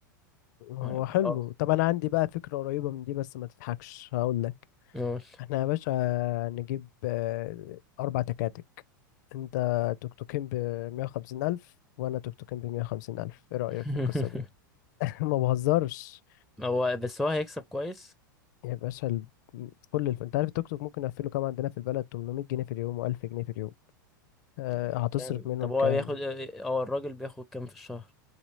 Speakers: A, on the left (about 60°); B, in the centre.
A: هو
B: وهيبقى
A: حلو
B: اه
A: طب انا عندي بقى فكرة قريبة من دي بس ما تضحكش هقول لك
B: نقول
A: احنا يا باشا نجيب آه، اربع تكاتك انت توك توكين ب 150 الف وانا توك توكين ب 150 الف ايه رأيك
B: <laughs>
A: في القصة دي <laughs> ما بهزرش
B: هو بس هو هيكسب كويس
A: يا باشا ال... كل الف... انت عارف التوك توك ممكن اقفله كام عندنا في البلد 800 جنيه في اليوم و1000 جنيه في اليوم أه
B: طب يعني
A: هتصرف
B: جامد
A: منهم
B: طب هو
A: كام
B: بياخد اه الراجل بياخد كام في الشهر